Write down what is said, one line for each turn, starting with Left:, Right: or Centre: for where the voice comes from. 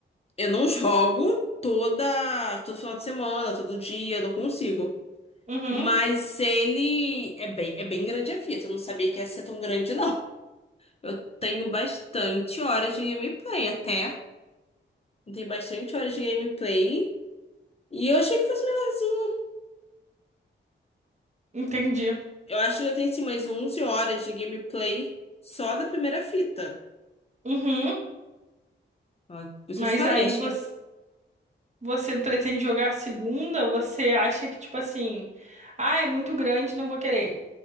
Left: Eu não jogo toda, todo final de semana, todo dia, não consigo.
Right: Uhum,
Left: Mas ele é bem, é bem grande a fita. Eu não sabia que ia ser tão grande, não. Eu tenho bastante horas de gameplay até. Eu tenho bastante horas de gameplay. E eu achei que fosse menorzinho.
Right: entendi.
Left: Eu acho que eu tenho assim mais 11 horas de gameplay só da primeira fita.
Right: Uhum,
Left: Ó, Por isso
Right: mas
Left: eu te falei,
Right: aí
Left: achei.
Right: você, você pretende jogar a segunda? Você acha que tipo assim, ah, é muito grande, não vou querer.